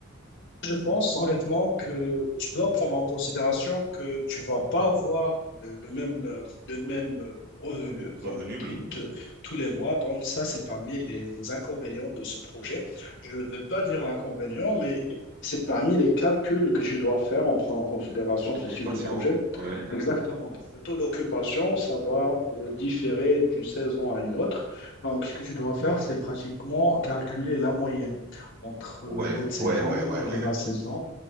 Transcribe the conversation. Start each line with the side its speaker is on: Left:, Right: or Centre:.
Left: Je pense honnêtement que tu dois prendre en considération que tu vas pas avoir le, le même, euh, le même euh, revenu
Right: Revenu,
Left: donc
Right: oui,
Left: toutes,
Right: oui.
Left: euh, tous les mois. Donc ça, c'est parmi les, les inconvénients de ce projet. Je ne veux pas dire l'inconvénient, mais c'est parmi les calculs que tu dois faire en prenant en considération
Right: Toute
Left: ce
Right: occupation,
Left: type de projet.
Right: ouais.
Left: Exactement. Donc le taux d'occupation, ça va euh, différer d'une saison à une autre. Donc ce que tu dois faire, c'est pratiquement calculer la moyenne entre
Right: Ouais,
Left: les hautes saisons
Right: ouais, ouais, ouais,
Left: et
Right: ouais.
Left: les basses saisons